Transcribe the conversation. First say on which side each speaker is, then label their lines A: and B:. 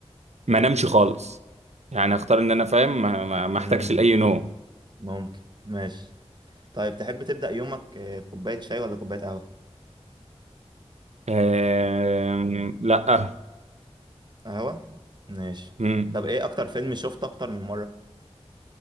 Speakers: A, on the right; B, on the right.
A: ما نمشي خالص يعني اختار ان انا فاهم ما, ما, ما احتاجش
B: امم
A: لاي نوم
B: ممكن ماشي طيب تحب تبدأ يومك آه، بكوباية شاي ولا كوباية قهوة؟
A: آم، لا آه.
B: قهوة؟ ماشي
A: مم.
B: طب ايه أكتر فيلم شفته أكتر من مرة؟